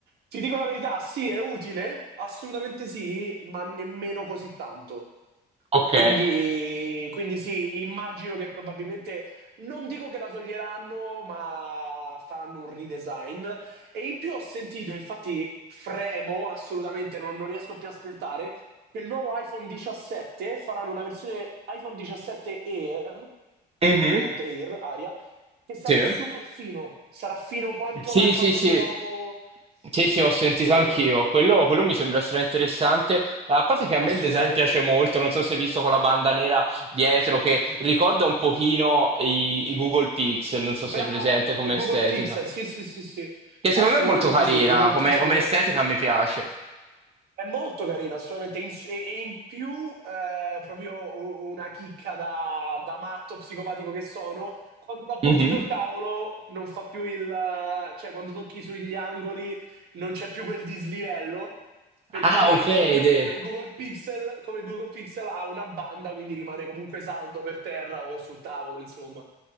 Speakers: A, on the right (about 70°); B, on the right (about 35°).
A: Ti dico la verità, sì, è utile, assolutamente sì, ma nemmeno così tanto.
B: Ok.
A: Quindi, quindi sì, immagino che probabilmente, non dico che la toglieranno, ma faranno un redesign. E in più ho sentito, infatti fremo assolutamente, non, non riesco più a aspettare, che il nuovo iPhone 17 faranno una versione iPhone 17 Air,
B: Mhm.
A: praticamente Air, Aria, che sarà
B: Sì.
A: super fino, sarà fino quanto
B: Sì,
A: l'iPad
B: sì, sì.
A: nuovo.
B: Sì, sì, ho sentito
A: E io non vedo
B: anch'io.
A: l'ora,
B: Quello, quello mi sembra estremamente interessante. A parte che a
A: assolutamente.
B: me il design piace molto, non so se hai visto con la banda nera dietro, che ricorda un pochino i, i Google Pixel, non so se
A: Bravo,
B: è presente come
A: i Google
B: estetica.
A: Pixel, sì, sì, sì, sì,
B: Che secondo
A: assolutamente
B: me è molto carina,
A: sì, il Google
B: come,
A: Pixel
B: come
A: 9.
B: estetica mi piace.
A: È molto carino, assolutamente, in- e e in più eh, proprio u- una chicca da, da matto psicopatico che sono, quando lo appoggi
B: Mhm.
A: sul tavolo non fa più il... eh, cioè quando tocchi sugli angoli non c'è più quel dislivello, perché
B: Ah, ok, idea.
A: come, come il Google Pixel, come il Google Pixel ha una banda, quindi rimane comunque saldo per terra o sul tavolo, insomma.